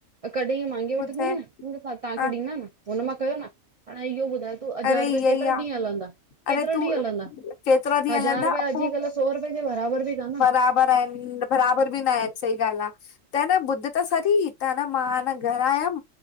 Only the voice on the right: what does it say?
कॾहिं ईअं मांगे वठन्दी
आंया न, तव्हांखें
न हुन मां कयो न। हाण इहो ॿुधायो तू हजार
रुपया
केतिरा
ॾींह हलंदा, केतिरा
ॾींह हलंदा।
हज़ार
रुपया अॼुकल्ह
सौ रुपये जे बराबर बि कान आ